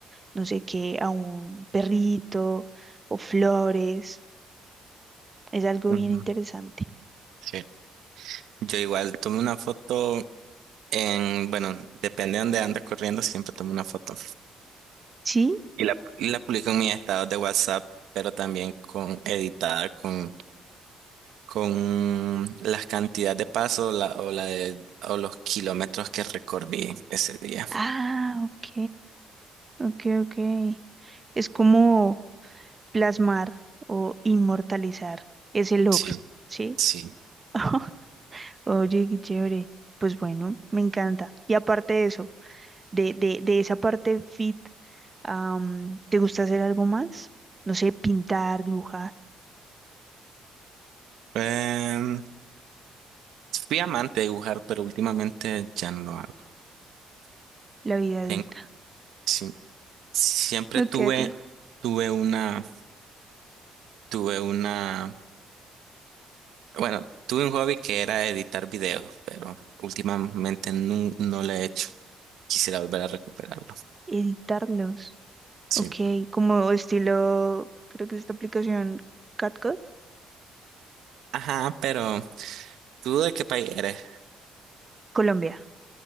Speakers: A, on the right; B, on the right.
A: no sé qué, a un perrito o flores. Es algo
B: ujú,
A: bien interesante.
B: sí. Yo igual tomo una foto en, bueno, depende de dónde ande corriendo, siempre tomo una foto.
A: ¿Sí?
B: Y la, y la publico en mis estados de WhatsApp, pero también con editada, con, con la cantidad de pasos la, o, la de- o los kilómetros que recorrí ese día.
A: Ah, ok. Ok, ok. Es como plasmar o inmortalizar ese logro,
B: Sí,
A: ¿sí?
B: sí.
A: <laughs> Oye, qué chévere. Pues bueno, me encanta. Y aparte de eso, de, de, de esa parte fit, am, ¿te gusta hacer algo más? No sé, pintar, dibujar,
B: Em, fui amante de dibujar, pero últimamente ya no lo hago.
A: la vida adulta.
B: Ten- sí. Siempre
A: No
B: tuve,
A: queda tiempo.
B: tuve una, tuve una. Bueno, tuve un hobby que era editar videos, pero últimamente nun- no, lo he hecho. Quisiera volver a recuperarlo.
A: Editarlos.
B: Sí.
A: Ok, como estilo, creo que es esta aplicación CatCut,
B: Ajá, pero ¿tú de qué país eres?
A: Colombia.